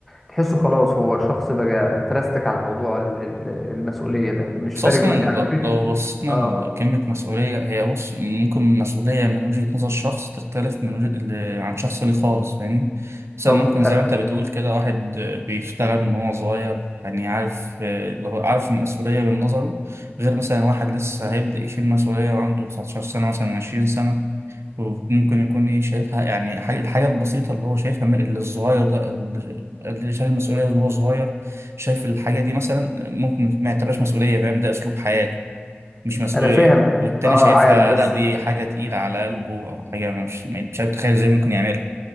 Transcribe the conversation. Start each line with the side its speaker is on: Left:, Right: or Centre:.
Centre: تحسه خلاص هو شخص بقى مترستك على موضوع ال- ال- المسؤوليه ده مش
Right: بس
Centre: فارق
Right: أصلا
Centre: مع
Right: ل-
Centre: يعني مفيش
Right: لو بصينا
Centre: اه
Right: لكلمة مسؤولية هي بص ممكن مسؤولية من وجهة نظر شخص تختلف من وجه... ل- عن شخص ليه خالص فاهمني مثلا
Centre: طب
Right: ممكن
Centre: آه،
Right: زي ما أنت بتقول كده واحد بيشتغل من هو صغير يعني عارف اللي هو عارف المسؤولية من نظره غير مثلا واحد لسه هيبدأ يشيل مسؤولية وعنده 19 سنة مثلا 20 سنة وممكن يكون ايه شايفها يعني حي- الحاجة البسيطة اللي هو شايفها من- اللي الصغير ده اللي شايل المسؤولية وان هو صغير شايف الحاجة دي مثلا ممكن ما يعتبرهاش مسؤولية فاهم ده أسلوب حياة مش مسؤولية
Centre: انا فاهم
Right: والتاني
Centre: اه
Right: شايفها
Centre: عارف بس
Right: لا دي حاجة تقيلة على قلبه أو حاجة مش مش عارف تخيل ازاي ممكن يعملها